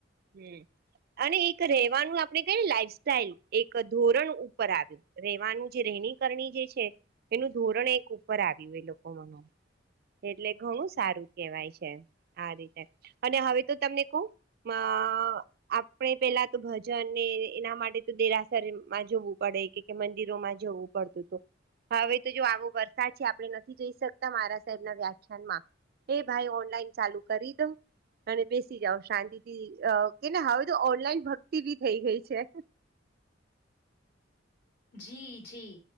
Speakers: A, on the right (about 55°); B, on the left (about 60°).
A: હ અને એક રેવાનું
B: એ
A: આપણે કને લાઈફ સાઈલ એક ધોરણ ઉપર આવ્યું રહેેવાનું જે રહેેણી કરણી જે છે એનું ધોરણ એક ઉપર આવ્યું એ લોકો મ એટલે ઘણું સારું કેહેવાય છે આ રીતે અને હવે તો તમને કો મા આપણે પેલા તો ભજન ને એના માટે તો દેરાસરમાં જોવું પડે કે મંદિરોમાં જોવું પડતું હવે તો જો આવો વરસાદ છે આપણે નથી જઈ શકતા મારા સાહેબ ના વ્યાખ્યાન માં એ ભાઈ ઓનલાઈન ચાલુ કરી દો અને બેસી જાઓ શાંતિ થી કેને હવે તો ઓનલાઈન ભક્તિ ભી થઈ ગઈ છે
B: જી જી